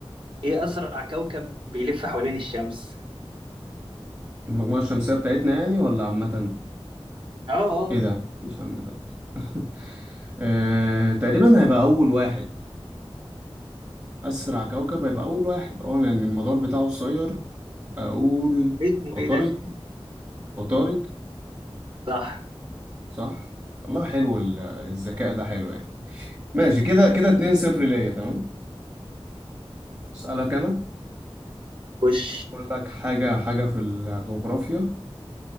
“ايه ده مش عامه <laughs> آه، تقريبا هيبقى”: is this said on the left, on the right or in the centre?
Right